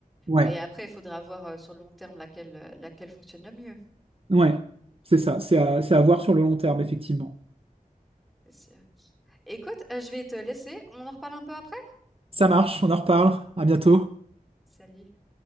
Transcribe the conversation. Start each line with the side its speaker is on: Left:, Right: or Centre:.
Right: Ouais,
Centre: Et après, il faudra voir euh, sur le long terme laquelle, euh, laquelle fonctionne le mieux,
Right: ouais. C'est ça. C'est à, c'est à voir sur le long terme, effectivement.
Centre: c'est sûr. Écoute, euh, je vais te laisser. On en reparle un peu après?
Right: Ça marche. On en reparle. À bientôt.
Centre: Salut.